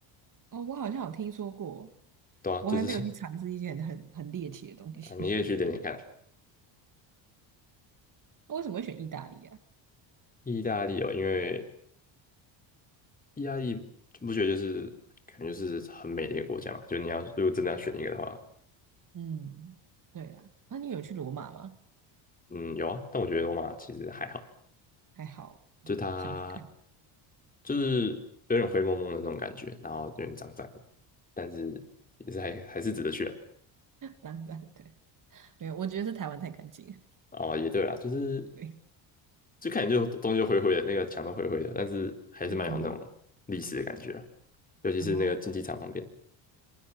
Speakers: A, on the right; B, on the left.
A: 哦，我好像有听说过，
B: 对啊，
A: 我还没有去尝试一些很很猎奇的东西。
B: 就是 <laughs> 啊，你可以去点点看。
A: <laughs> 为什么会选意大利啊？
B: 意大利哦，因为意大利不觉得就是感觉就是很美的一个国家嘛？就你要如果真的要选一个的话，
A: 嗯，对啦，那你有去罗马吗？
B: 嗯，有啊，但我觉得罗马其实还好，
A: 还好，哦想去看，
B: 就它就是有点灰蒙蒙的那种感觉，然后有点脏脏的，但是也是还还是值得去的。
A: <laughs> 浪漫的。没有，我觉得是台湾太干净了。
B: 哦，也对啊，就是
A: 对，
B: 就看起来就东西就灰灰的，那个墙都灰灰的，但是还是蛮有那种历史的感觉啊，
A: 嗯哼，
B: 尤其是那个竞技场旁边。
A: 然后